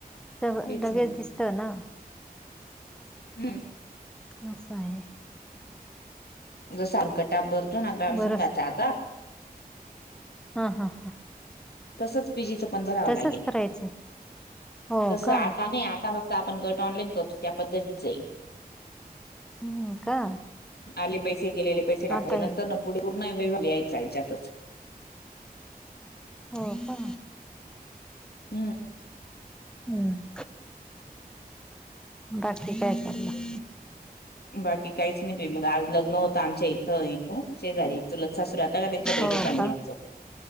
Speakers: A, in the centre; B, on the left.
A: सगळं
B: तेच
A: लगेच
B: ना.
A: दिसतं ना,
B: हम्म
A: असं आहे.
B: जस <unintelligible> भरतो ना ग्रामसंंघाचा
A: बरंच
B: आता
A: हा हा हां.
B: तसंच पी जीचं पण भरावं
A: तसच
B: लागेल.
A: करायचंय हो
B: तसं
A: का
B: आता नाही, आता फक्त आपण गट ऑनलाईन करतो त्या पद्धतीचंय.
A: हम्म का?
B: आले पैसे गेलेले पैसे टाकायचे,
A: आता ये
B: नंतर ना पुढे पूर्ण वे लिहायचं याच्यात
A: हो का?
B: हम्म
A: हम्म बाकी काय चाललं?
B: बाकी काहीच नाही बाई, मग आज लग्न होतं आमच्या इथं इथं शेजारी. चुलत सासू राहता का त्यांच्या बहिणीच्या
A: हो
B: मुलाचं.
A: का